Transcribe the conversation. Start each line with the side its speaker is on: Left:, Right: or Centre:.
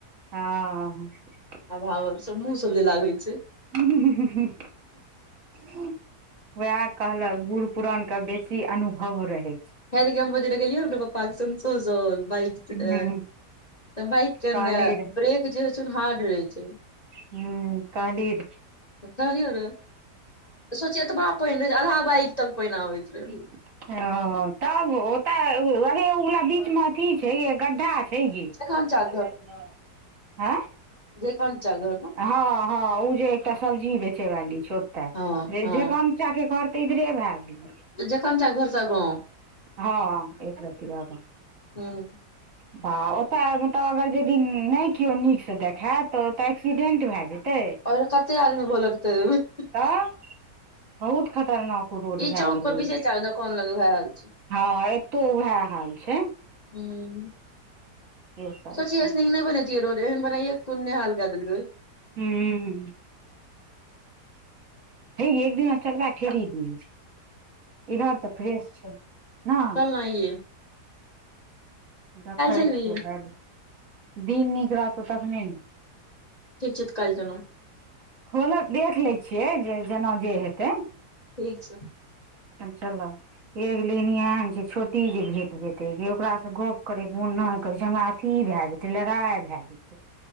Right: ओ
Left: <unintelligible> मुंह सब जे लागै छै।
Right: हूं हूं हूं हूं वएह कहलक बुढ़ पुरानके बेसी अनुभव रहै छै।
Left: हे देखी हम ओइ दके गेलियौ रहै ने
Right: ह
Left: <unintelligible> तऽ बाइक के
Right: कहली
Left: ने
Right: र
Left: ब्रेक जे होइ छै ने हार्ड रहै छै।
Right: हूं कहली रहै।
Left: कहलियौ रहै, सोचही एतबा पानि रहे जे आधा बाइक तक पानि आबैत रहय।
Right: ह तब ओतय अरे ओ वला बीच मे अथी छै यै गड्ढा छै कि
Left: जखन चा
Right: आँय
Left: जयकान्त चा घर लग
Right: हँ हँ ऊ जे एकटा सब्जी बेचे वाली छै ओते
Left: हँ
Right: हे
Left: हँ
Right: जय कान्त चाके घर तऽ इधरे भए गेलै।
Left: त जयकान्त चा के घर से आगां?
Right: हँ एकरती आगा
Left: हूं।
Right: बा ओतय मतलब अगर यदि नहि केओ नीकसँ देखए तऽ ओत एक्सीडेंट भए जेतै
Left: आओर कते आदमी घोलटतै ओइमे, ह।
Right: तऽ बहुत खतरनाक ओ रोड
Left: ई
Right: भए
Left: चौक पर
Right: गेलै।
Left: विजय चा के दोकान लगे वैहै हाल छै‌।
Right: हँ एतो उहै हाल छै।
Left: हूं।
Right: से सब
Left: सोचही
Right: छै
Left: अइसे नीक नहि बनैतै रोड एहन बनाईये क कोन नेहाल कए देलकै।
Right: हूँ हे गै एक दिना चलबै खेरी दिस इधर तऽ फ्रेश छै, न
Left: आंय यै?
Right: देखै
Left: चलबही
Right: छियै काइल दिन नीक रहतौ तखने ने
Left: ठीक छै तऽ काल चलब।
Right: हं मतलब देख लै छियै जे जेना जे हेतै।
Left: ठीक छै।
Right: तहन चलब। एक लेकिन इहै ने छै छोटी जे भेट जेतै गे ओकरा से गप करै के मोन नै करे छै हमरा अथी भए जेतै लड़ाइ भए जेतै